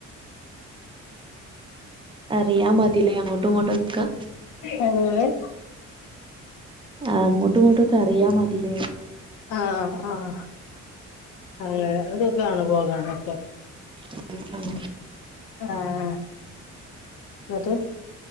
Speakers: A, on the right; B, on the left.
A: അറിയാം മതി ല്ലേ അങ്ങോട്ടും ഇങ്ങോട്ടും ഒക്ക.
B: എങ്ങനെ.
A: ആ അങ്ങോട്ടും ഇങ്ങോട്ടു ഒക്കെ അറിയാ മതി ലേ?
B: ആഹ് ആഹ് അങ്ങനെ സുഖാണ് പോകാനൊക്കെ.
A: മം ആഹ്
B: ആഹ് ന്നട്ട്